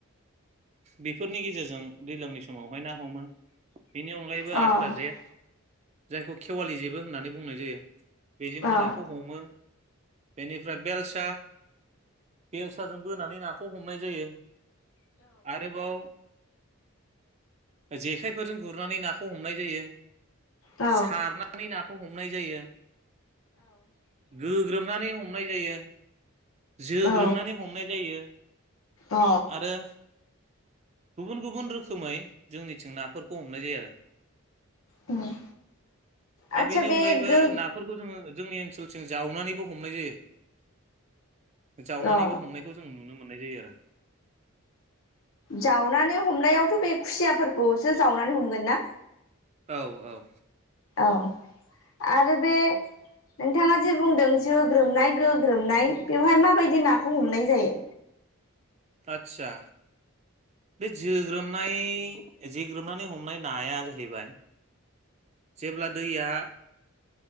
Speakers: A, on the right (about 30°); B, on the left (about 75°).
A: बेफोरनि गेजेरजों दैज्लांनि समावहाय ना हमो। बेनि अनगायैबो
B: अ औ
A: आस्था जे जायखौ खेवालि जेबो होननानै बुंनाय जायो। बेजोंबो
B: औ
A: नाखौ हमो बेनिफ्राय बेलसा बेलसाजों बोनानै नाखौ खौ हमनाय जायो आरोबाव जेखाइफोरजों गुरनानै नाखौ हमनाय जायो।
B: औ
A: सारनानै ना खौ हमनाय जायो गोग्रोमनानै हम नाय जायो। जोग्रोमनानै
B: औ
A: हमनाय जायो।
B: अ
A: आरो गुबुन गुबुन रोखोमै जोंनिथिं नाफोरखौ हमनाय जायो आरो।
B: उम। आदसा
A: आरो बेनि
B: बे
A: अनगायैबो
B: गो
A: नाफोरखौ जोङो जोंनि ओनसोलसिजों जावनानैबो हमनाय जायो। जावनानैबो
B: अ
A: हमनायखौ जों नुनो मोननाय जायो आरो
B: जावनानै हमनायावथ' बे खुसियाफोरखौसो जावनानै हमगोन ना?
A: औ ओ
B: औ आरो बे नोंथाङा जे बुंदों जो ग्रोमनाय गोग्रोमनाय बेवहाय माबायदि नाखौ हमनाय जायो?
A: आदसा बे जोग्रोमनाय जोग्रोमनानै हमनाय नाया जाहैबाय जेब्ला दैया